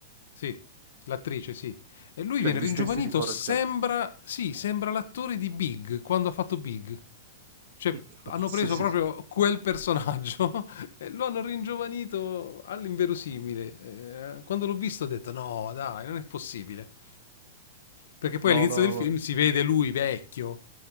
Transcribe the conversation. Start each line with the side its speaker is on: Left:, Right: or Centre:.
Left: sì, l'attrice, sì. E lui
Right: cioè
Left: viene
Right: gli
Left: ringiovanito,
Right: stessi di Forrest
Left: sembra,
Right: Gump.
Left: sì, sembra l'attore di Big, quando ha fatto Big. Cioè,
Right: <laughs>
Left: hanno
Right: Sì,
Left: preso
Right: sì.
Left: proprio quel personaggio <laughs> e lo hanno ringiovanito all'inverosimile. Eh, quando l'ho visto ho detto, no, dai, non è possibile. Perché poi
Right: No,
Left: all'inizio
Right: no,
Left: del
Right: no,
Left: film
Right: no.
Left: si vede lui vecchio,